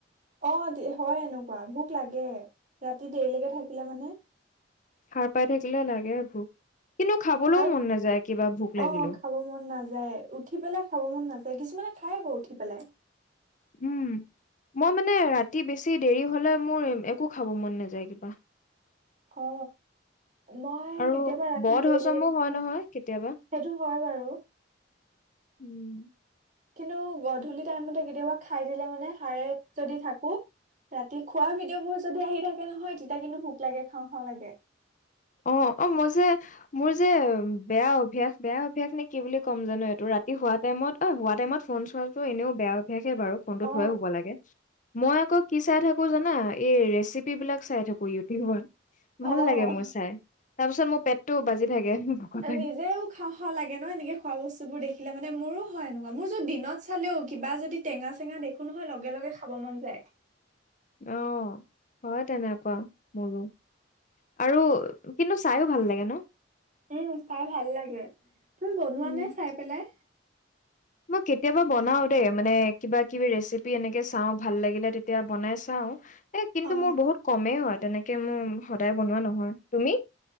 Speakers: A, on the right; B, on the left.
A: অ, দে হয় এনেকুৱা, ভোক লাগে। ৰাতি দেৰিলৈকে থাকিলে মানে।
B: সাৰ পাই থাকিলে লাগে ভোক, কিন্তু খাবলৈও
A: আৰু
B: মন নাযায় কিবা ভোক লাগিলেও।
A: অ খাব মন নাযায়, উঠি পেলাই খাব মন নাযায়। কিছুমানে খাই আকৌ উঠি পেলাই।
B: উম, মই মানে ৰাতি বেছি দেৰি হ'লে, মোৰ একো খাব মন নাযায় কিবা।
A: অ, মই
B: আৰু
A: কেতিয়াবা ৰাতি,
B: বদ
A: দেৰিলৈকে
B: হজমো
A: থাকিলে
B: হয় নহয় কেতিয়াবা।
A: সেইটো হয় বাৰু।
B: উম,
A: কিন্তু, গধূলি টাইমতে কেতিয়াবা খাই দিলে মানে সাৰে যদি থাকোঁ ৰাতি খোৱা ভিডিঅ'বোৰ যদি আহি থাকে নহয়, তেতিয়া কিন্তু ভোক লাগে, খাওঁ খাওঁ লাগে।
B: অ, অ, মই যে মোৰ যে বেয়া অভ্যাস, বেয়া অভ্যাস নে, কি বুলি ক'ম জানো এইটো, ৰাতি সোৱাত টাইমত, অ, চোৱা টাইমত ফোন চোৱাটো এনেও বেয়া অভ্যাসে বাৰু, ফোনটো
A: অ
B: থৈয়ে শুব লাগে। মই আকৌ কি চাই থাকো জানা, এই ৰেচিপি বিলাক চাই থাকো ইউ টিউবত।
A: অ
B: ভাল লাগে মোৰ চাই, তাৰ পিছত মোৰ পেটটো বাজি থাকে। ভোকতে।
A: এ, নিজেও খাওঁ খাওঁ লাগে ন, এনেকে খোৱা বস্তু বোৰ দেখিলে মানে। মোৰো হয় এনেকুৱা, মোৰ যু দিনত চালেও কিবা যদি টেঙা চেঙা দেখো নহয়, লগে লগে খাব মন যায়।
B: অঁ, হয় তেনেকুৱা মোৰো। আৰু কিন্তু চাইয়ো ভাল লাগে ন।
A: উম, চাই ভাল লাগে। তুমি বনোৱা
B: উম।
A: নে চাই পেলাই?
B: মই কেতিয়াবা বনাওঁ দেই, মানে কিবা কিবি ৰেচিপি এনেকে চাওঁ ভাল লাগিলে তেতিয়া বনাই চাওঁ। এই কিন্তু
A: অ
B: মোৰ বহুত কমেইও আৰু তেনেকে মোৰ সদায় বনোৱা নহয়, তুমি?